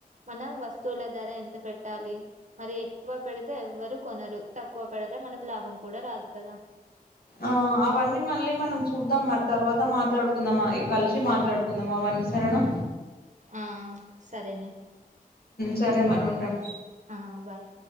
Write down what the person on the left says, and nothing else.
ఆ అవన్నీ మళ్ళీ మనం చూద్దాం మరి తర్వాత మాట్లాడుకుందామ కలిసి మాట్లాడుకుందామా అవ మ్ సరేనా
సరే మరి ఉంటా